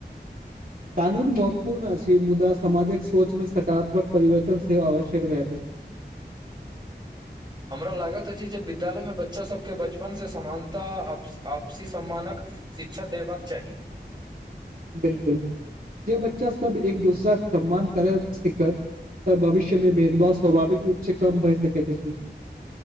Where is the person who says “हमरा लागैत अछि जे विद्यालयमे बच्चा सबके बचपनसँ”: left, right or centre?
Right